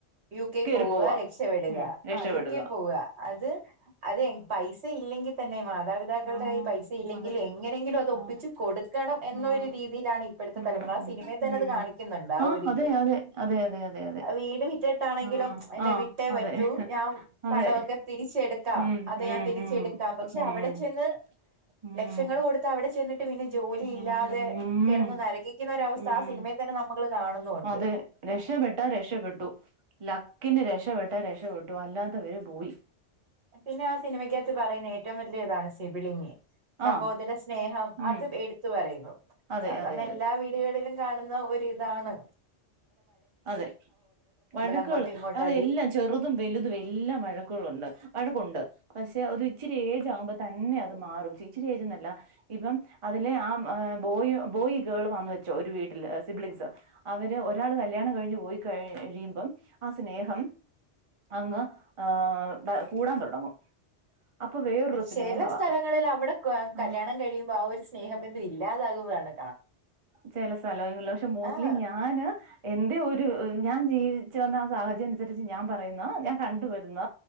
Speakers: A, on the right; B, on the right.
A: യു കെ
B: കേറി
A: പോവുക
B: പോവാ
A: രക്ഷപ്പെടുക
B: ഉം രക്ഷപ്പെടുക
A: ആ യു കെ പോവ്ക അത് അത് എങ് പൈസ പൈസ ഇല്ലെങ്കി തന്നെ മാതാപിതാക്കളുടെ
B: ആഹ്
A: കയ്യിൽ പൈസ ഇല്ലെങ്കിൽ
B: അതെ
A: എങ്ങനെങ്കിലും അത് ഒപ്പിച്ചു
B: ആഹ്
A: കൊടുക്കണം എന്നൊരു
B: ആഹ്
A: രീതിയിലാണ് ഇപ്പോഴത്തെ
B: ഉം
A: തലമുറ ആ സിനിമേ തന്നെ
B: ഉം
A: അത് കാണിക്കുന്നുണ്ട് ആ
B: ആഹ്
A: ഒരു
B: അതെ
A: ഇത്
B: അതെ അതെ അതെ അതെ അതെ
A: വീട് വിറ്റിട്ടാണെങ്കിലും
B: ആഹ്
A: എന്നെ
B: ആഹ്
A: വിട്ടേ
B: അതെ
A: പറ്റൂ ഞാൻ
B: അതെ
A: കടമൊക്കെ തിരിച്ചെടു ക്കാം
B: ഉം
A: അത്
B: ഉം
A: ഞാൻ തിരിച്ചെടുക്കാം
B: ഉം
A: പക്ഷെ
B: ഉം
A: അവിടെ ചെന്ന്
B: ഉം
A: ലക്ഷങ്ങൾ കൊടുത്ത് അവിടേ ട്ട് പിന്നെ ജോലി
B: ഉം
A: ഇല്ലാതെ
B: ഉം
A: കിടന്ന് നരകിക്കുന്ന ഒരവസ്ഥ
B: ഉം
A: ആ സിനിമേ തന്നെ നമ്മള് കാണുന്നുണ്ട്
B: അതെ രക്ഷപെട്ട രക്ഷപെട്ടു ലക് ക്കിന് രക്ഷപെട്ട രക്ഷപെട്ടു അല്ലാത്തവര് പോയി
A: പിന്നെ ആ സിനിമയ്ക്കകത്ത് പറയുന്ന ഏറ്റവും വലിയ ഇതാണ് സിബിളിങ്ങ് സഹോദര
B: ആഹ്
A: സ്നേഹം
B: ഉം
A: അതും എടുത്തു പറയുന്നു
B: അതെ
A: സാധാരണ
B: അതെ അതെ
A: എല്ലാ വീടുകളിലും കാണ് ന്ന ഒരിതാണ്
B: അതെ വഴക്കുകൾ
A: അങ്ങോട്ടും ഇങ്ങോട്ടും
B: അതെല്ലാം
A: അടി
B: ചെറുതും വലുതും എല്ലാം വഴക്കുകളുണ്ട് വഴക്കുണ്ട് പക്ഷെ ഒര് ഇച്ചിരി ഏജ് ആകുമ്പോ തന്നെ അത് മാറും ഇച്ചിരി ഏജ്ന്നല്ല ഇപ്പം അത് അതില് ആ ഏ ബോയ് ബോയ് ഗേൾ വന്ന വച്ചോ ഒരു വീട്ടില് സിബിളിഗ്സ് അവര് ഒരാള് കൽ കല്യാണം കഴിഞ്ഞ് പോയി കഴിയുമ്പം ആ സ്നേഹം അങ്ങ് ആ കൂടാൻ തുടങ്ങും അപ്പൊ വേറൊരു
A: ചെല
B: സ്നേഹവാ
A: സ്ഥലങ്ങളില് അവിടെ കല്യാണം
B: ആഹ്
A: കഴിയുമ്പോ ആ ഒരു സ്നേഹബന്ധം ഇല്ലാതാകുവാണ്
B: ചില സ്ഥലങ്ങള പക്ഷെ മോസ്റ്റ്ലി
A: ആഹ്
B: ഞാന് എന്റെ ഒരു ഞാൻ ജീവിച്ചു വന്ന ആ സാഹചര്യം അനുസരിച്ച് ഞാൻ പറയുന്നു ഞാൻ കണ്ടുവരുന്ന